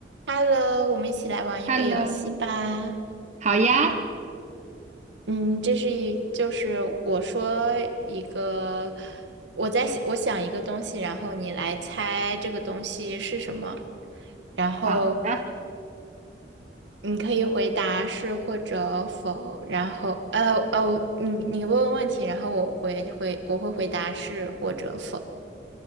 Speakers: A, on the right (about 80°); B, on the right (about 40°).
A: Hello，我们一起来玩一个游戏吧。
B: Hello，好呀，
A: 嗯，这是一，就是我说一个，我在想我想一个东西，然后你来猜这个东西是什么，然后
B: 好的，
A: 你可以回答是或者否，然后呃哦，你你问问问题，然后我回回我会回答是或者否，